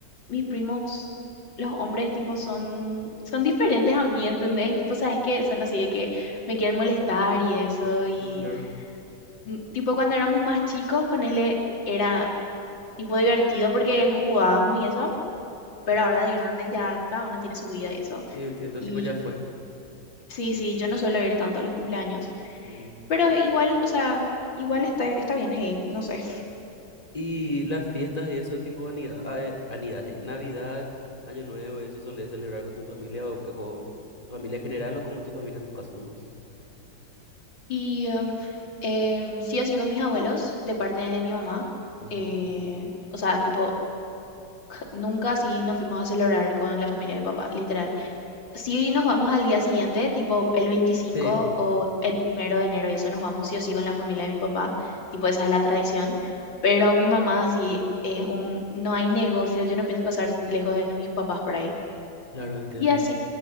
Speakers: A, on the left (about 80°); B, on the left (about 20°).
A: mis primos, los hombres, tipo, son, son diferentes a mí, ¿entendés? Y tipo, sabes que son así de que me quieren molestar y eso, y
B: mm, claro.
A: mm, tipo, cuando éramos más chicos, ponele, era tipo divertido porque jugábamos y eso, pero ahora de grandes ya cada uno tiene su vida y eso.
B: Sí, entiendo,
A: Y
B: tipo ya fue.
A: sí, sí, yo no suelo ir tanto a los cumpleaños.
B: Mm.
A: Pero igual, o sea, igual está, está bien, hey, no sé.
B: Y las fiestas y eso, tipo anida, ah, eh, anida, sí, Navidad, Año Nuevo, eso solés celebrar con tu familia o, eh, o familia en general o como tu familia en tu caso nomás.
A: Y em, em, sí o sí con mis abuelos, de parte de mi mamá.
B: Ujú.
A: eh, o sea, tipo, ja- nunca sí nos fuimos a celebrar con la familia de mi papá, literal. Sí nos vamos al día siguiente, tipo el 25
B: Sí,
A: o el primero de enero, y eso nos vamos sí o sí con la familia de mi papá. Tipo, esa es la tradición. Pero mi mamá sí es un, no hay negocio, yo no pienso pasar lejos de mis papás por ahí.
B: claro, entiendo.
A: Y así.